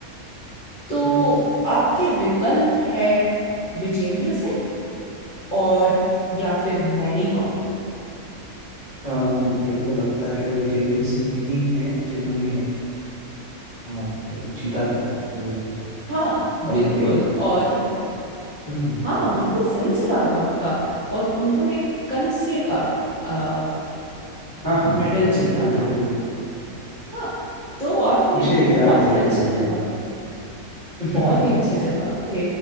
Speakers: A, on the left; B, on the right.
A: तो
B: हम्म,
A: आपके विकल्प है विजेंद्र सिंह और या फिर मैरी कॉम
B: आ, मेरे को लगता है विजेंद्र सिंह ही हैं जिन्होंने हाँ तो जीता था वो
A: हाँ
B: ओलंपिक
A: बिल्कुल और
B: हम्म हम्म,
A: हाँ बिल्कुल सही जवाब आपका और उन्होंने कंस्य का आ,
B: हाँ हाँ
A: मेडल
B: बिल्कुल
A: जीता था
B: बिल्कुल
A: हाँ तो आपने
B: मुझे याद
A: बहुत
B: है याद
A: ही अच्छे
B: है वो
A: जवाब दिए
B: <laughs>
A: बहुत ही अच्छे जवाब थे